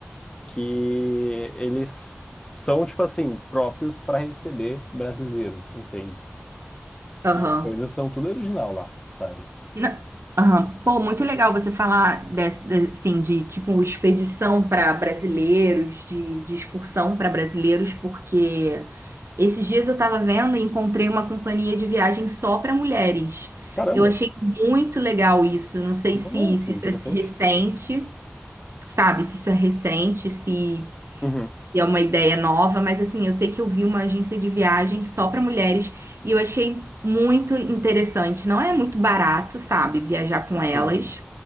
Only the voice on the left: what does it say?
que eles são, tipo assim, próprios para receber brasileiros, entende?
E as coisas são tudo original lá, sabe?
Caramba,
nossa,
interessante.
Uhum.
Sim,